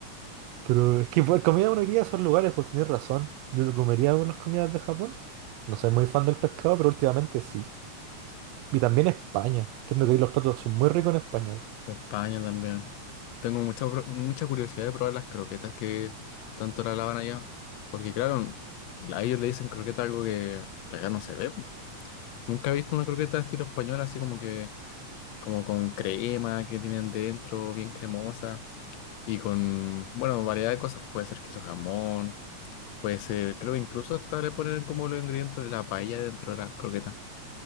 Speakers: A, on the right; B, on the left.
A: Pero es que por comida uno iría a esos lugares, pues tenés razón. Yo comería las comidas de Japón. No soy muy fan del pescado, pero últimamente sí. Y también España. Tengo que ir los platos son muy ricos en España. po.
B: España también. Tengo mucha, pro- mucha curiosidad de probar las croquetas que tanto la lavan allá. Porque claro, a ellos le dicen croqueta algo que, que acá no se ve. po. Nunca he visto una croqueta de estilo español así como que, como con crema que tienen dentro, bien cremosa. Y con, bueno, variedad de cosas. Puede ser queso jamón, puede ser, creo que incluso hasta le ponen como los ingredientes de la paella dentro de las croquetas.